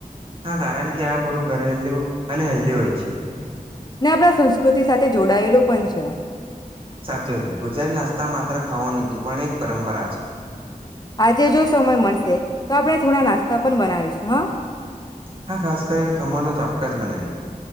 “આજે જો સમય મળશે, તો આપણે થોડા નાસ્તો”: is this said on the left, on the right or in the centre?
Left